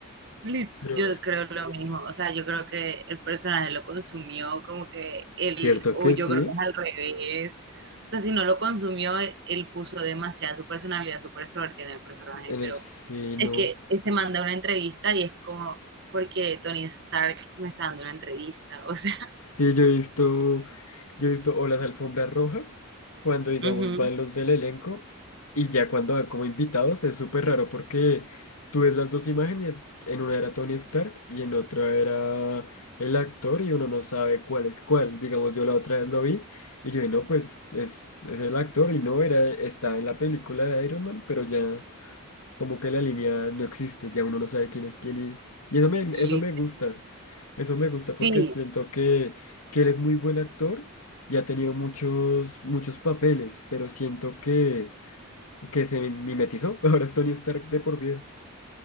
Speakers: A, on the right (about 55°); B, on the left (about 85°).
A: Lit-
B: Pero,
A: Yo
B: eh,
A: creo lo mismo, o sea, yo creo que el personaje lo consumió como que él,
B: ¿cierto
A: o
B: que
A: yo
B: sí?
A: creo que es al revés, o sea, si no lo consumió, él, él puso demasiada su personalidad súper extrovertida en el personaje,
B: S- En el,
A: pero
B: sí,
A: es
B: no.
A: que él se manda una entrevista y es como, porque Tony Stark me está dando una entrevista, o sea, <laughs>
B: Sí, yo he visto, yo he visto o las alfombras rojas, cuando digamos
A: ujú,
B: van los del elenco, y ya cuando van como invitados es súper raro porque tú ves las dos imágenes, en una era Tony Stark y en otra era el actor y uno no sabe cuál es cuál. Digamos, yo la otra vez lo vi y yo dije, no, pues es, es el actor y no, era, estaba en la película de Iron Man, pero ya... Como que la línea no existe, ya uno no sabe quién es quién y, y eso me,
A: lit-
B: eso me gusta. Eso me gusta porque
A: sí,
B: siento que, que él es muy buen actor y ha tenido muchos, muchos papeles, pero siento que, que se mimetizó. <laughs> Ahora es Tony Stark de por vida.